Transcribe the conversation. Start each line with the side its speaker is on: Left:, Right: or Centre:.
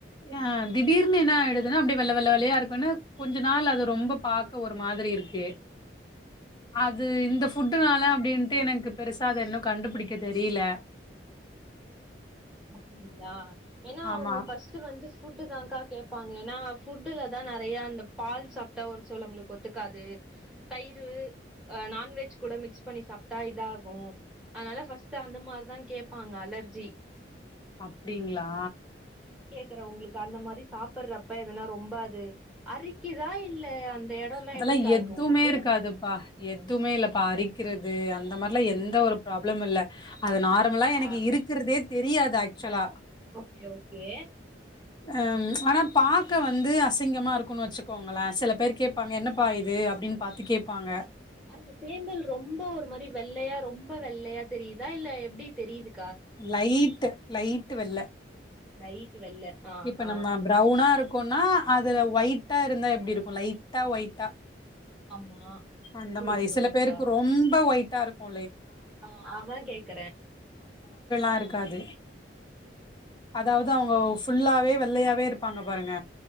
Left: ஆ திடீர்னு என்ன ஆயிடுதுன்னா அப்பிடி வெள்ள வெள்ள வெள்ளலயா இருக்குன்னு கொஞ்ச நாள் அது ரொம்ப பாக்க ஒரு மாரி இருக்கு அது இந்த ஃபுட்டுனால அப்பிடினிட்டு எனக்கு பெருசா அத இன்னும் கண்டுபிடிக்க தெரியல
Centre: அப்பிடிங்களா ஏன்னா
Left: ஆமா
Centre: அவுங்க ஃபஸ்ட் வந்து ஃபுட்டு தான்கா கேப்பாங்க ஏன்னா ஃபுட்டு்லதான் நறைய அந்த பால் சாப்பிட்டா ஒரு சிலவங்களுக்கு ஒத்துக்காது தயிர் நான்வெஜ் கூட மிக்ஸ் பண்ணி சாப்பிட்டா இதாகும் அதனால ஃபஸ்ட் அந்த மாரி தான் கேப் கேப்பாங்க அலர்ஜி
Left: அப்பிடிங்களா
Centre: இல்ல உங்களுக்கு அந்த மாரி சாப்படறப்ப எதுனா ரொம்ப அது அறிக்குதா இல்ல அந்த எடோல்லா
Left: அதெல்லாம்
Centre: எப்டிக்கா இருக்கு
Left: எதுவுமே
Centre: உங்களுக்கு
Left: இருக்காதுப்பா எதுவுமே இல்லப்பா அரிக்கிறது இந்த மாரிலாம்
Centre: ம்
Left: எந்த ஒரு ப்ராப்ளம் இல்ல அது நார்மலா
Centre: அப்டிங்களா
Left: எனக்கு இருக்குறதே தெரியாத் ஆக்ச்சூல்லா
Centre: ஓகே ஓகே
Left: ஆம் ச்ச ஆனா பாக்க வந்து அசிங்கமா இருக்குன்னு வச்சுக்கோங்களே சில பேர் கேப் பாங்க என்னபா இது அப்டின்னு பாத்து கேப்பாங்க
Centre: அது தேம்பல் ரொம்போ ஒரு மாரி வெள்ளையா ரொம்ப வெள்ளையா தெரிதா இல்ல எப்டி தெரிது
Left: லைட்டு லை டு வெள்ள
Centre: லைட் வெள்ள ஆ
Left: இப்ப
Centre: ஆ
Left: நம்ம பிரவுன்னா இருக்கோனா அதுல ஒயி ட்டா இருந்தா எப்டி இருக்கோ லைட்டா ஒயிட்டா
Centre: ஆமா
Left: அந்த
Centre: புரியுது
Left: மாரி
Centre: புரியுதுக்கா
Left: சில பேருக்கு ரொம்ப ஒயி டா இருக்கோ
Centre: ஆ அதா கேக்கறே
Left: ஆ இருக்காது அதா வுதா அவுங்கோ ஃபுல்லாவே வெள்ளையாவே இருப்பாங்க பாருங்க